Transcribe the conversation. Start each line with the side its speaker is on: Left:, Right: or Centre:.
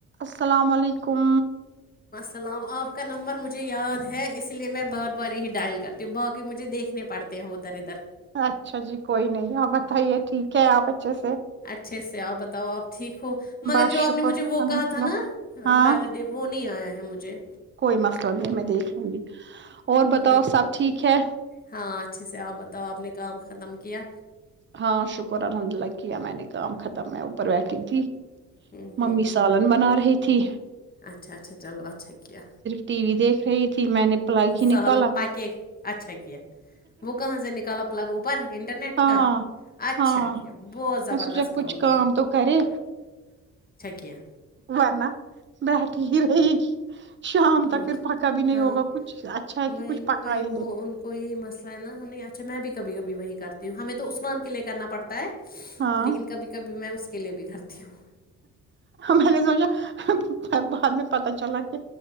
Right: السلام علیکم
Left: سلام آپ کا نمبر مجھے یاد ہے اس لیے میں بار بار یہی ڈائل کرتی ہوں ب کہ مجھے دیکھنے پڑتے ہیں ادھر ادھر
Right: اچھا جی کوئی نہیں اور بتائیے ٹھیک کیا آپ بچے سے
Left: اچھے سے آپ بتاؤ آپ ٹھیک ہو مگر
Right: بس
Left: جو آپ
Right: شکر
Left: نے مجھے
Right: الحمد
Left: وہ کہا تھا
Right: للہ
Left: نا
Right: ہاں
Left: ویلیڈ وہ نہیں آیا ہے ہیں مجھے
Right: کوئی مسلہ نہیں ہے میں دیکھ لوں گی اور بتاؤ
Left: ہ
Right: سب ٹھیک ہے
Left: ہاں اچھے سے آپ بتاؤ آپ نے کام ختم کیا
Right: ہاں شکر الحمد للہ کیا میں نے کام ختم ہے اوپر بیٹھی تھی
Left: ہوں ہوں
Right: ممی سالن بنا رہی تھے پچھی
Left: اچھا اچھا چلو اچھا ک
Right: ٹی وی دیکھ رہی تھی میں نے پلگ ہی
Left: سہلن
Right: نکالا
Left: پکے اچھا کہ وہ کہاں سے نکال اپ لگ اوپر انٹرنیٹ
Right: ہاں
Left: کا
Right: ہاں
Left: اچھا
Right: ہاں
Left: کیا بہت زبردست
Right: میں سوچا
Left: کام
Right: کچھ کا
Left: کیا
Right: تو کرے
Left: کین
Right: ارنا بیٹ ٹ ہی رہی گی شام
Left: بہت
Right: تک پھر پکا بھی نہیں
Left: ہاں
Right: ہوگا کچھ اچھا ہے
Left: وہی
Right: کہ کچھ پکا
Left: نا وہی
Right: ہی
Left: وہ
Right: لے
Left: ان کو یہی مسئلہ ہے نا اچھا میں بھی کبھی کبھی وہی کرتی ہوں ہمیں تو عثمان کے لیے کرنا پڑتا ہے
Right: ہاں
Left: لیکن کبھی کبھی میں اس کے لیے بھی کرتی ہوں
Right: میں نے سوچا بعد میں پتا چلا کہ